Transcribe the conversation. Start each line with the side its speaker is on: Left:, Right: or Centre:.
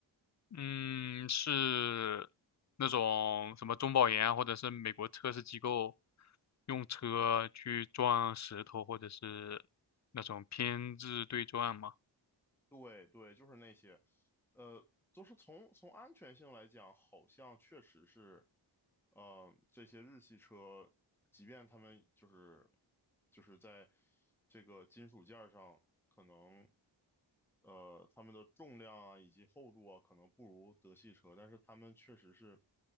Left: 嗯，是那种什么中保研啊或者是美国测试机构用车去撞石头，或者是那种偏置对撞嘛。
Centre: 对对，就是那些，呃，就是从从安全性来讲，好像确实是，呃，这些日系车，即便他们就是就是在这个金属件儿上，可能呃，它们的重量啊以及厚度啊，可能不如德系车，但是它们确实是